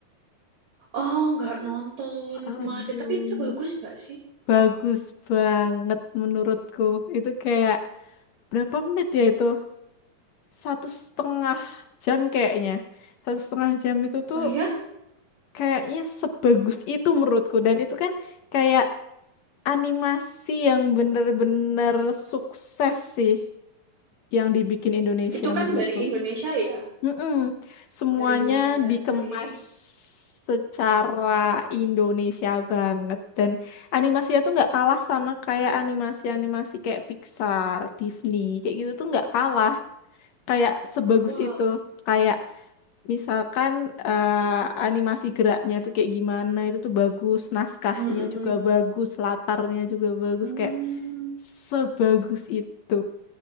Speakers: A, on the right; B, on the left.
A: oh, nggak nonton
B: Aduh,
A: kemarin, tapi itu bagus nggak sih?
B: bagus banget menurutku. Itu kayak berapa menit ya itu? Satu setengah jam kayaknya. Satu setengah jam itu tuh
A: Oh ya,
B: kayaknya sebagus itu menurutku. Dan itu kan kayak animasi yang bener-bener sukses sih yang dibikin Indonesia
A: itu kan
B: menurutku.
A: dari Indonesia ya?
B: Mm-mm. Semuanya
A: Dari Indonesia
B: dikemas
A: sendiri.
B: secara Indonesia banget dan animasinya tuh nggak kalah sama kayak animasi-animasi kayak Pixar, Disney kayak gitu tuh nggak kalah kayak sebagus
A: Wow.
B: itu kayak misalkan eh, animasi geraknya tuh kayak gimana itu tuh bagus naskahnya
A: Mm-mm.
B: juga bagus latarnya juga bagus
A: Hmm.
B: kayak sebagus itu